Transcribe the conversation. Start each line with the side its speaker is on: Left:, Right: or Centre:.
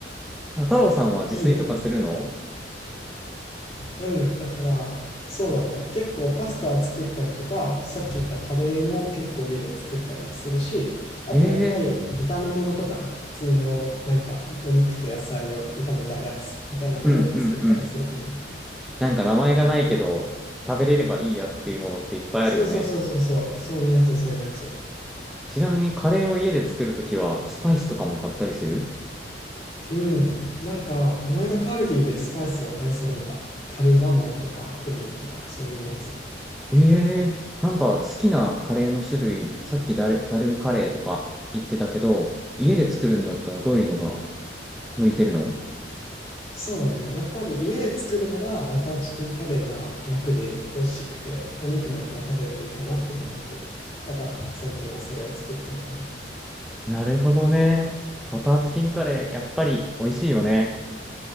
Centre: 太郎さんは自炊とかするの
Left: いいね。うん、だから、そうだね。結構パスタ作ったりとか、さっき言ったカレーも結構家で作ったりするし、あとやっぱり炒め物とか、
Centre: ええ
Left: 普通のなんかお肉と野菜を炒めたやつみたいなのも作ったりするかな。
Centre: ーうんうんうん。なんか名前がないけど、食べれればいいやっていうものっていっぱいあるよね。
Left: そうそうそうそうそう、そういうやつ、そういうやつ。
Centre: ちなみにカレーを家で作るときは、スパイスとかも買ったりする
Left: うん。なんか、この間カルディでスパイスを買い揃えた。カルダモンとかクミンとかそういうやつ。
Centre: ええー、なんか好きなカレーの種類、さっきダル、ダルカレーとか言ってたけど、家で作るんだったらどういうのが向いてるの
Left: そうだね。やっぱり家で作るならバターチキンカレーが楽で美味しくてお肉もいっぱい食べれていいかなって思っている。だから最近はそれを作ってるかな。
Centre: なるほどね。バターチキンカレー、やっぱり美味しいよね。